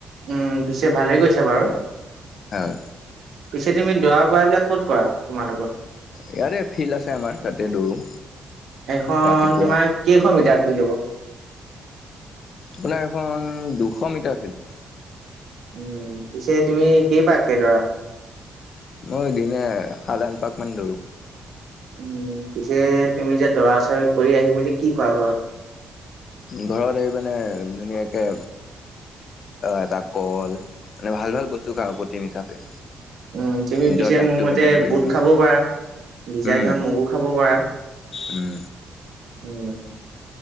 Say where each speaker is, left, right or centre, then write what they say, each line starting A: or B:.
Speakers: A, on the right; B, on the left.
A: উম! পিছে ভালে কৰিছা বাৰু।
B: হয়।
A: পিছে তুমি দৰা কৰা এই বিলাক কত কৰা তোমালোকৰ?
B: ইয়াতে ফিল্ড আছে আমাৰ তাতেই দৌৰোঁ।
A: এইখন
B: ৰাতিপুৱা
A: তোমাৰ কেইশ মিটাৰ ফিল্ড হ'ব?
B: আপোনাৰ এইখন দুশ মিটাৰ ফিল্ড।
A: উম পিছে তুমি কি পাক কেই ধৰা।
B: মই দিনে সাত আঠ পাক মান দৌৰোঁ।
A: উ পিছে তুমি যে দৰা চৰি কৰি আহিম যে কি কোৱা ঘৰত।
B: ঘৰত আহি মানে ধুনীয়াকৈ এটা কল মানে ভাল ভাল বস্তু খাৰ প্ৰতিম হিচাপে।
A: উম তুমি
B: নিজৰ
A: পিছে
B: ডাইটটো
A: মোৰ মতে
B: মেইনটেইন কৰি
A: বুট
B: থাকিবলৈ
A: খাব পাৰা। ভিজাই
B: উম
A: থোৱা মগু খাব পাৰা।
B: উম
A: উম